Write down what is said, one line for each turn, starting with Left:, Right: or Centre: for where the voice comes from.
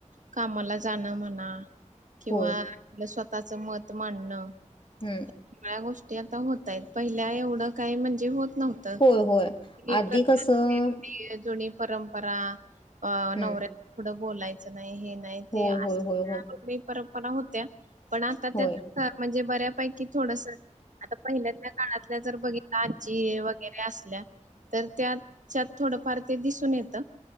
Right: कामाला जाणं म्हणा, किंवा
Left: होय
Right: आपलं स्वतःच मत मांडणं-
Left: हम्म.
Right: सगळ्या गोष्टी आता होत आहेत. पहिल्या एवढं काय म्हणजे होत- नव्हतं.
Left: होय होय
Right: जुन्या
Left: आधी
Right: प्रथा,
Left: कसं
Right: जुनी परंपरा- अ...
Left: हं.
Right: नवऱ्या पुढं बोलायचं नाही, हे नाही
Left: होय,
Right: ते असल्या
Left: होय, होय, होय.
Right: रुढी, परंपरा- होत्या पण आता
Left: होय.
Right: त्या म्हणजे बऱ्यापैकी थोडसं- आता पहिल्यातल्या काळातल्या जर बघितलं आजी वगैरे- थकलेल्या असल्या. तर त्याच्यात थोडफार ते दिसून येत.